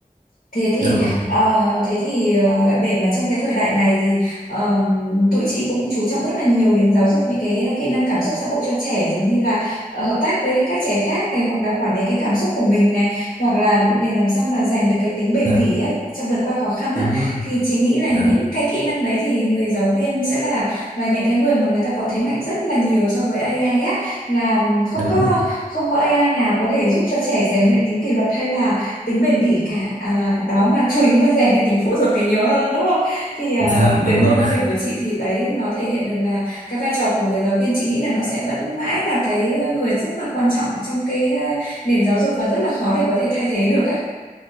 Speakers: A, on the left; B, on the right.
A: Thế thì
B: dạ vâng
A: ờ, thế thì ờ, để mà trong cái thời đại này thì ờm, tụi chị cũng chú trọng rất là nhiều đến giáo dục những cái kỹ năng cảm xúc xã hội cho trẻ giống như là ờ, hợp tác với các trẻ khác này hoặc là quản lý cái cảm xúc của mình này hoặc là để làm sao mà rèn được cái tính bền
B: dạ
A: bỉ á, trong vượt qua khó khăn á
B: đúng rồi
A: thì chị nghĩ là những
B: dạ
A: cái kỹ năng đấy thì người giáo viên sẽ là là những cái người mà người ta có thế mạnh rất là nhiều so với AI á là không
B: đúng
A: có
B: rồi
A: không có AI nào có thể giúp cho trẻ rèn luyện tính kỷ luật hay là tính bền bỉ cả à, đó mà chủ yếu là rèn cái tính phụ thuộc thì nhiều hơn đúng không thì à,
B: dạ
A: đứng
B: đúng rồi
A: từ quan điểm của chị thì đấy nó thể hiện được là cái vai trò của người giáo viên chị nghĩ là nó sẽ vẫn mãi là cái người rất là quan trọng trong cái à, nền giáo dục và rất là khó để có thể thay thế được á